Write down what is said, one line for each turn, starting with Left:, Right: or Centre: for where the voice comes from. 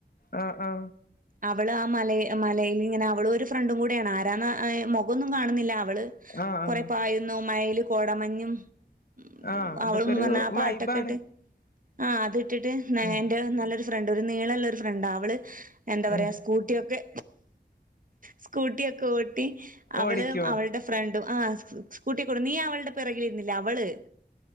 Left: ആ ആഹ
Right: അവള് ആ മല മലൽ ഇങ്ങനെ അവള ഒരു ഫ്രണ്ടും കൂടെയാണ് ആരാണ് മുഖമൊന്നും കാണുന്നില്ല അവള്
Left: ആഹ് ആഹ്
Right: കൊറെ പായന്ന മയല് കോടമഞ്ഞും
Left: ആഹ്
Right: ഉ
Left: അതൊക്കെ
Right: അവളൊന്നന്ന്
Left: ഒരു
Right: പറഞ്ഞ ആ പാട്ടൊക്കെ
Left: വൈബാണ്
Right: ഇട്ട് ആഹ് അത് ഇട്ടിട്ട്
Left: ഉം
Right: എന്റെ നല്ലൊരു ഫ്രണ്ട് ഒരു നീളല്ല ഒരു ഫ്രണ്ട് അവള് എന്താ പറയാ
Left: ഉം
Right: സ്കൂട്ടിയൊക്കെ സ്കൂട്ടിയൊക്കെ ഓട്ടി അവള്
Left: ഓടിക്കോ
Right: അവളുടെ ഫ്രണ്ടും ആ സ്കൂട്ടിക്കൂടെ നീ അവളുടെ പിറകിലിരുന്നില്ല അവള്